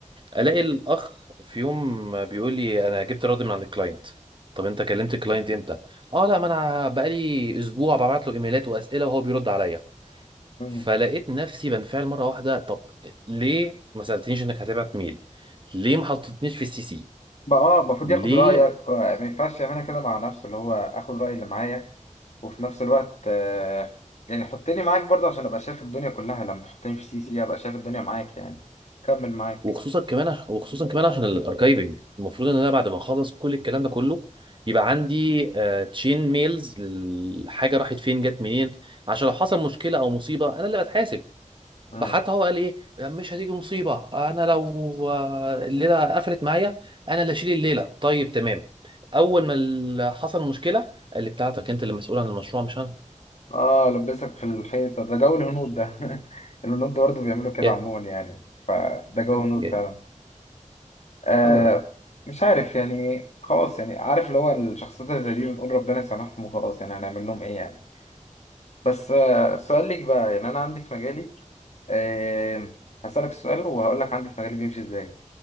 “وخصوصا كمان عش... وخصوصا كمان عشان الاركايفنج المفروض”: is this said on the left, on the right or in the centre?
Right